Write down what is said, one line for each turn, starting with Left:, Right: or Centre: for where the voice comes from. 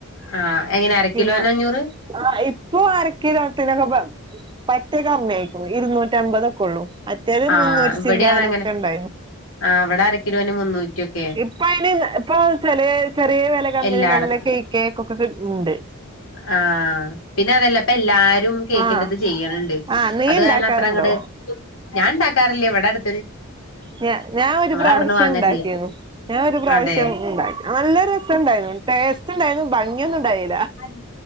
Left: ആഹ് എങ്ങനെ അര
Right: പിന്നെ
Left: കിലോന് അഞ്ഞൂറ്
Right: ആ ഇപ്പൊ അരക്കിലൊതിനൊക്കെ പറ്റെ കമ്മിയാരിക്കും ഇരുന്നൂറ്റംബതൊക്കെ ഒള്ളു മറ്റേത്
Left: ആഹ്
Right: മുന്നൂറ്റി
Left: ഇവിടെ
Right: ചില്ലാനൊക്കെ
Left: അത അങ്ങനെ
Right: ണ്ടായിന്നു
Left: ആഹ് ഇവിടെ അരക്കിലോന് മുന്നൂറ്റിയൊക്കെ
Right: ഇപ്പയ്ന് ഇപ്പം ചെറ്യേ ചെറിയ വെല കമ്മില്
Left: എല്ലാടത്തും
Right: നല്ലെ കേക്കൊക്കെ കിട്ടിണിണ്ട്
Left: ആഹ പിന്നതല്ല പ്പൊ എല്ലാരും കേക്കിന്റത്
Right: ആഹ്
Left: ചെയ്യണണ്ട്
Right: ആഹ് നീ
Left: അത്
Right: ഉണ്ടാക്കാറുണ്ടോ
Left: കാരണം അത്ര അങ്ങടെ ഞാൻ ണ്ടാക്കാറില്യ വ്ടെ അടുത്
Right: ഞ ഞാൻ ഒരു പ്രാവശ്യണ്ടാക്കിരുന്നു
Left: അവിടുന്ന് വാങ്ങാ ചെയ്യാ
Right: ഞാൻ ഒരു പ്രാവശ്യം
Left: അതെ
Right: ഉണ്ടാക്കി നല്ല രസണ്ടായിരുന്നു ടേസ്റ്റ്ണ്ടായിരുന്നു ഭംഗിയൊന്നുണ്ടായിരുന്നു
Left: അത്‌